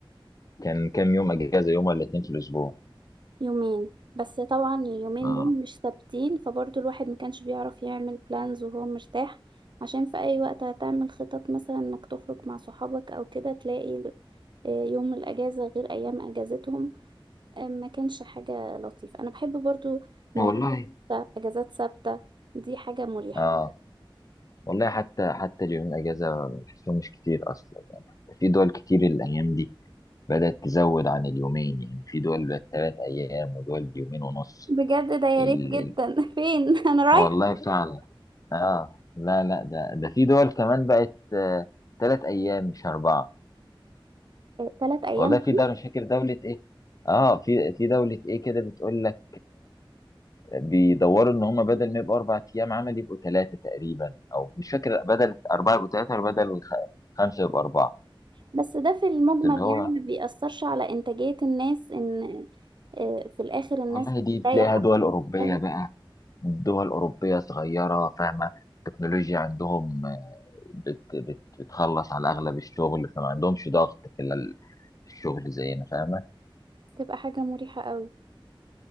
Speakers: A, on the left; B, on the right.
A: كان كام يوم اجازة يوم ولا اتنين في الاسبوع
B: يومين بس طبعا اليومين
A: اه
B: دول مش ثابتين فبرضه الواحد ما كانش بيعرف يعمل بلانز وهو مرتاح عشان في اي وقت هتعمل خطط مثلا انك تخرج مع صحابك او كده تلاقي ال- آه، يوم الاجازة غير ايام اجازتهم آه، ما كانش حاجة لطيفة انا بحب برضه مواعيد
A: والله
B: ثابتة اجازات ثابتة دي حاجة مريحة
A: اه والله حتى حتى اليومين اجازة بحسهم مش كتير اصلا في دول كتير الايام دي بدأت تزود عن اليومين يعني في دول بقت تلات ايام ودول يومين ونص
B: بجد ده يا
A: ال...
B: ريت جدا
A: ال...
B: <laughs> فين انا رايح
A: والله فعلا اه لا لا ده ده في دول كمان بقت آه تلات ايام مش اربعة
B: ثلاث ايام
A: والله في دولة مش فاكر دولة ايه اه في في دولة ايه كده بتقول لك بيدوروا ان هم بدل ما يبقوا اربع ايام عمل يبقوا ثلاثه تقريبا او مش فاكر بدل اربعه يبقوا ثلاثه بدل خ- خمسه يبقوا اربعه
B: بس ده في المجمل
A: اللي هو
B: يعني ما بيأثرش على إنتاجية الناس إن آه، في الآخر الناس
A: والله دي
B: بتريح
A: تلاقيها
B: أكتر
A: دول
B: ما
A: اوروبيه
B: بتشتغل.
A: بقى دول اوروبيه صغيره فاهمه التكنولوجيا عندهم بت بت بتخلص على اغلب الشغل فما عندهمش ضغط في ال- في الشغل زينا فاهمه
B: تبقى حاجة مريحة قوي